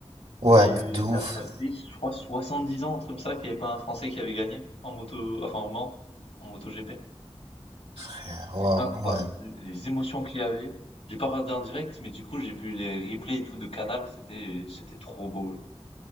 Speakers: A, on the right; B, on the left.
A: Ouais,
B: Et Ouais.
A: de ouf,
B: ça, ça faisait, je crois, 70 ans, un truc ça, qu'il n'y avait pas un Français qui avait gagné en moto, enfin au Mans, en MotoGP.
A: frère.
B: C'est
A: Waouh,
B: incroyable,
A: ouais.
B: les émotions qu'il y avait. J'ai pas regardé en direct, mais du coup, j'ai vu les replays et tout de Canal, c'était c'était trop beau. genre.